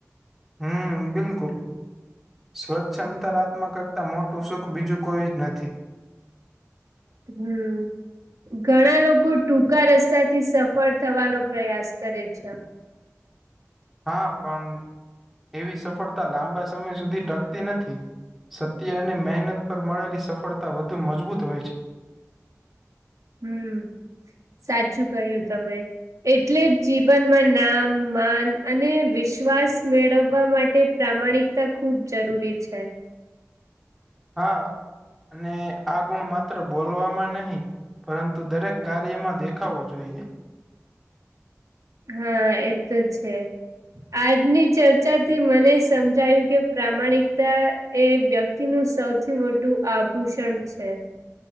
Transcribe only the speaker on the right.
હમ ઘણા લોકો ટૂંકા રસ્તા થી સફળ થવાનો પ્રયાસ કરે છે.
હમ સાચું કહ્યું તમે. એટલે જ જીવનમાં નામ માન અને વિશ્વાસ મેળવવા માટે પ્રામાણિક તા ખુબ જરૂરી છે.
હા એ તો છે. આજની ચર્ચાથી મને સમજાયું કે પ્રમાણિકતા એ વ્ય ક્તિ નું સૌથી મોટું આભૂષણ છેસ